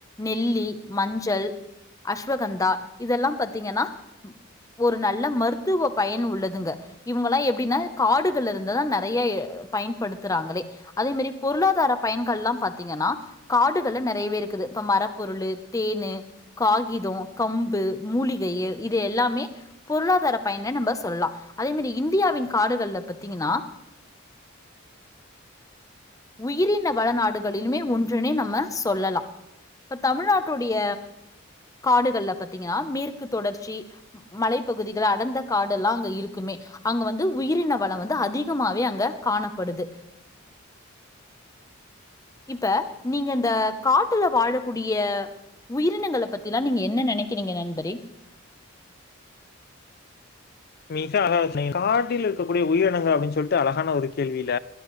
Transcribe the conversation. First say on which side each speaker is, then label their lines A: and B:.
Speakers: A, on the left; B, on the left.
A: நெல்லி மஞ்சள், அஸ்வகந்தா இதெல்லா பாத்தீங்கனா ஒரு நல்ல மருத்துவ பயன் உள்ளதுங்க இவங்கல்லா எப்டின்னா காடுகள் இருந்து தா நெறைய அ பயன்படுத்துறாங்களே அதே மாரி பொருளாதார பயன்கள்லா பாத்தீங்கனா காடுகள்ல நெறையவே இருக்குது இப்ப மரப்பொருளு தேனு, காகிதோ, கம்பு மூலிகை எ இது எல்லாமே பொருளாதார பயன்னு நம்ம சொல்லா அதே மாரி இந்தியாவின் காடுகள்ல பத்தீங்கனா உயிரின வளநாடுகளிலுமே ஒன்றுனே நம்ம சொல்லலா இப்ப தமிழ்நாட் டுடைய காடுகள்ல பாத்தீங்கனா மேற்கு தொடர்ச்சி மலைப்பகுதிகள் அடந்த காடெல்லா அங்க இருக்குமே அங்க வந்து உயிரின வளோ வந்து அதிகமாவே அங்க காணப்படுது இப்ப நீங்க இந்த காட்டுல வாழக்கூடிய உயிரினங்கள பத்திலா நீங்க என்ன நெனக்கிறீங்க நண்பரே
B: மிக அழகா சொன்னீங்க காட்டில் இருக்கக்கூடிய உயிரினங்கள் அப்டின்னு சொல்லிட்டு அழகான ஒரு கேள்வில,